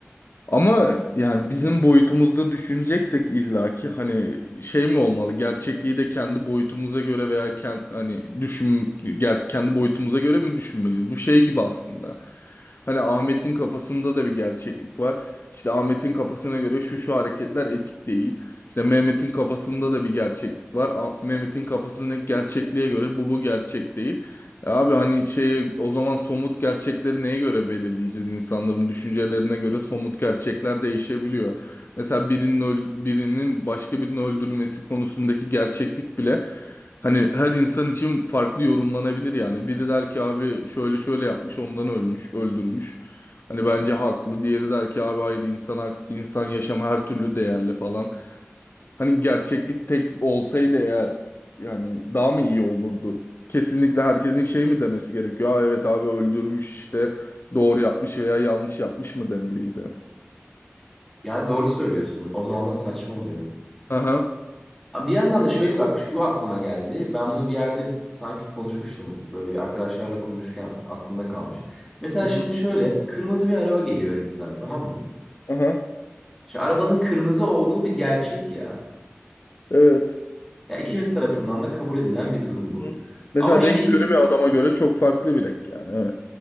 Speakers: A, on the left; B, in the centre.
A: Ama yani bizim boyutumuzda düşüneceksek illaki hani şey mi olmalı? Gerçekliği de kendi boyutumuza göre veya kend, hani düşün ger- kendi boyutumuza göre mi düşünmeliyiz? Bu şey gibi aslında. Hani Ahmet'in kafasında da bir gerçeklik var. İşte Ahmet'in kafasına göre şu şu hareketler etik değil. İşte Mehmet'in kafasında da bir gerçeklik var. Ah- Mehmet'in kafasındaki gerçekliğe göre bu bu gerçek değil. Ya Abi hani şey o zaman somut gerçekleri neye göre belirleyeceğiz? İnsanların düşüncelerine göre somut gerçekler değişebiliyor. Mesela birinin öl- birinin başka birini öldürmesi konusundaki gerçeklik bile hani her insan için farklı yorumlanabilir yani. Biri der ki abi şöyle şöyle yapmış ondan ölmüş, öldürmüş. Hani bence haklı. Diğeri der ki abi hayır insan hak- insan yaşamı her türlü değerli falan. Hani gerçeklik tek olsaydı eğer yani daha mı iyi olurdu? Kesinlikle herkesin şey mi demesi gerekiyor? Aa evet abi öldürmüş işte doğru yapmış veya yanlış yapmış mı demeliydi?
B: Yani doğru söylüyorsun. O zaman da saçma oluyor.
A: Aha.
B: Bir yandan da şöyle bak şu aklıma geldi. Ben bunu bir yerde sanki konuşmuştum. Böyle bir arkadaşlarla konuşurken aklımda kalmış. Mesela
A: Hı hı.
B: şimdi şöyle kırmızı bir araba geliyor önümüzden tamam mı?
A: Aha.
B: Şimdi arabanın kırmızı olduğu bir gerçek ya.
A: Evet.
B: Ya ikimiz tarafından da kabul edilen bir durum bu.
A: Hı. Mesela
B: Ama şeyi
A: renk körü bir adama göre çok farklı bir renk yani. Evet.